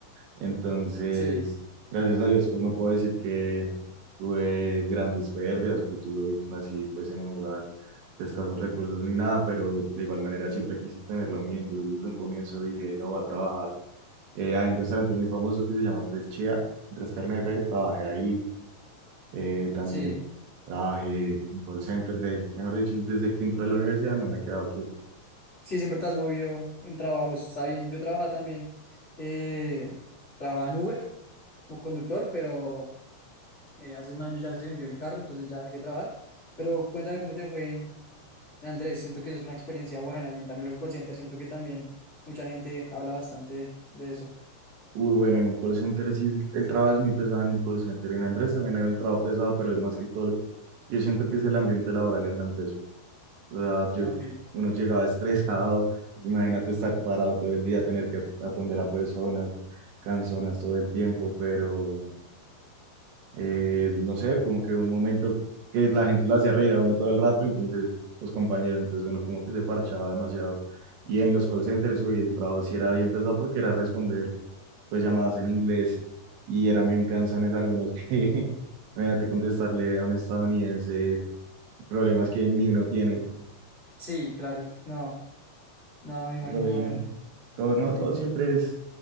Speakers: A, on the right; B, on the left.
A: Entonces,
B: Sí,
A: gracias a Dios, pues no puedo decir que tuve grandes pérdidas o que tuve, nací pues en un hogar de escasos recursos ni nada, pero de igual manera siempre quise tenerlo mío. Entonces, desde un comienzo dije, no, voy a trabajar. Eh, hay un restaurante muy famoso que se llama Andrés Chía, Andrés Carne de Res, trabajé ahí. Eh, también
B: sí.
A: trabajé en call centers, eh, mejor dicho, desde que entré a la universidad no me he quedado quieto.
B: Sí, siempre te has movido en trabajos. Está bien. Yo trabajaba también. eh, trabajaba en Uber como conductor, pero eh, hace un año ya se vendió el carro, entonces ya dejé de trabajar. Pero cuéntame cómo te fue en, en Andrés. Siento que esa es una experiencia buena y también los call centers. Siento que también mucha gente habla bastante de eso.
A: Uy, bueno, en un call center sí, el, el trabajo es muy pesado en un call center. En Andrés también era el trabajo pesado, pero es más que todo Yo siento que es el ambiente laboral en Andrés. O sea, yo-
B: Ok.
A: uno llegaba estresado, imagínate estar parado todo el día, tener que atender a personas, canzonas todo el tiempo, pero eh, no sé, como que un momento que la gente lo hacía reír a uno todo el rato, entonces los compañeros, entonces uno como que se parchaba demasiado. Y en los call centers, uy, el trabajo sí era bien pesado porque era responder pues llamadas en inglés y eran bien canzones algunos que, <laughs> imagínate contestarle a un estadounidense problemas que ni uno tiene.
B: Sí, claro. No. No, me imagino,
A: Pero bien,
B: Manuel.
A: todo, no,
B: Sí.
A: todo siempre es